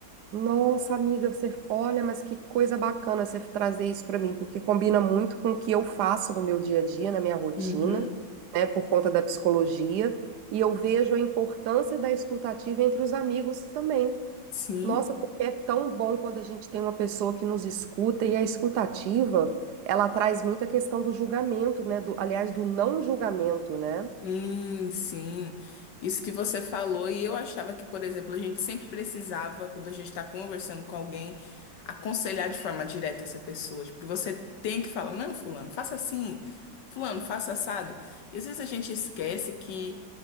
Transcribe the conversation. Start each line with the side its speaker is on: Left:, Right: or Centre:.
Right: Nossa, amiga, você, olha, mas que coisa bacana você trazer isso para mim, porque combina muito com o que eu faço no meu dia a dia, na minha rotina,
Left: Uhum.
Right: né, por conta da psicologia, e eu vejo a importância da escutativa entre os amigos também.
Left: Sim.
Right: Nossa, porque é tão bom quando a gente tem uma pessoa que nos escuta e a escutativa, ela traz muito a questão do julgamento, né? Do, aliás, do não julgamento, né?
Left: Sim, sim. Isso que você falou, e eu achava que, por exemplo, a gente sempre precisava, quando a gente está conversando com alguém, aconselhar de forma direta essa pessoa. Tipo, que você tem que falar, não, fulano, faça assim, fulano, faça assado. E às vezes a gente esquece que